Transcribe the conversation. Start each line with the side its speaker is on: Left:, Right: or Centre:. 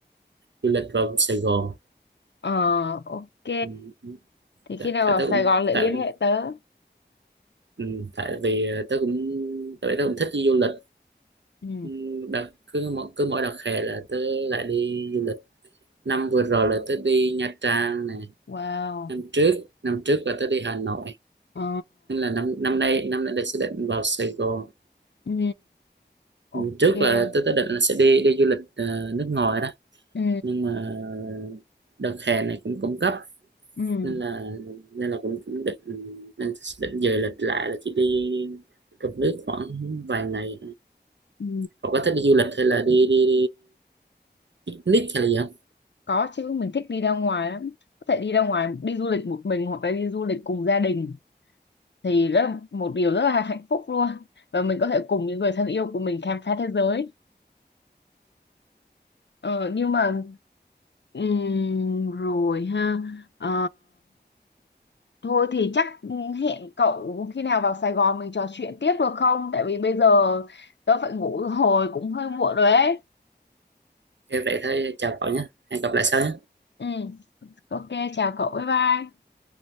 Right: du lịch vào Sài Gòn.
Left: ờ ok
Right: Ừ,
Left: Thế
Right: Tại,
Left: khi nào
Right: tại
Left: vào
Right: tớ cũng
Left: Sài Gòn lại
Right: tại
Left: liên hệ tớ.
Right: ừ, tại vì tớ cũng tại vì tớ cũng thích đi du lịch.
Left: Ừ.
Right: Ừ, Đợt cứ mỗi cứ mỗi đợt hè là tớ lại đi du lịch. Năm vừa rồi là tớ đi Nha Trang nè,
Left: Wow.
Right: năm trước năm trước là tớ đi Hà Nội
Left: Ờ.
Right: nên là năm năm nay năm nay là sẽ định vào Sài Gòn
Left: Ừ. Ok.
Right: Ừ, trước là tôi tôi định là sẽ đi đi du lịch ờ, nước ngoài đó
Left: Ừ.
Right: nhưng mà đợt hè này cũng cũng gấp
Left: Ừ.
Right: nên là nên là cũng cũng định nên định dời lịch lại là chỉ đi trong nước khoảng vài ngày
Left: Ừ.
Right: cậu có thích đi du lịch hay là đi đi, đi picnic hay là gì không
Left: Có chứ mình thích đi ra ngoài lắm. Có thể đi ra ngoài đi du lịch một mình hoặc là đi du lịch cùng gia đình thì rất là một điều rất là <laughs> hạnh phúc luôn. Và mình có thể cùng những người thân yêu của mình khám phá thế giới. Ờ, nhưng mà ừm, rồi ha. Ờ, Thôi thì chắc ừ, hẹn cậu khi nào vào Sài Gòn mình trò chuyện tiếp được không? Tại vì bây giờ tớ phải ngủ rồi, cũng hơi muộn rồi ấy.
Right: Ok, vậy thôi chào cậu nhé hẹn gặp lại sau nhé
Left: Ừ, ok, chào cậu, bye bye.